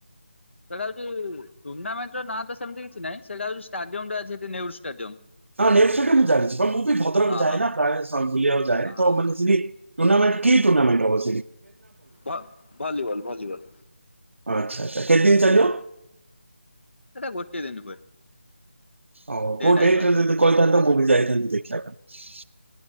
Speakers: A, on the left; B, on the right.
A: ସେଇଟା ହଉଛି ଟୁର୍ଣ୍ଣାମେଣ୍ଟର ନାଁ ତ ସେମିତି କିଛି ନାହିଁ ସେଇଟା ହଉ ଷ୍ଟାଡିୟମ ଟା ଅଛି ସେଠି ନେହେରୁ ଷ୍ଟାଡିୟମ।
B: ନା ମୁଁ ଜାଣିଛି ମୁଁ ବି ଭଦ୍ରକ
A: ହଁ
B: ଯାଏ
A: ହଁ
B: ନା ପ୍ରାୟ ବୁଲିବାକୁ ଯାଏ
A: ହଁ
B: ତ ମାନେ ଟୁଣ୍ଣାମେଣ୍ଟ କି ଟୁର୍ଣାମେଟ ଅବ
A: ଭ ଭଲିବଲ ଭଲିବଲ।
B: ଆଚ୍ଛା ଆଛା କେତଦିନ ଚାଲିବ?
A: ସେଇଟା ଗୋଟିଏ ଦିନ ହୁଏ।
B: ଓ
A: ଡେ
B: କୋଉ
A: ନାଇଟ୍
B: ଡଟ୍
A: ମ୍ୟାଚ।
B: ରେ ଯଦି କହିଥାନ୍ତତା କୋଉଠି ଯାଇଥାନ୍ତନ୍ତି ଦେଖିବା ପାଇଁ।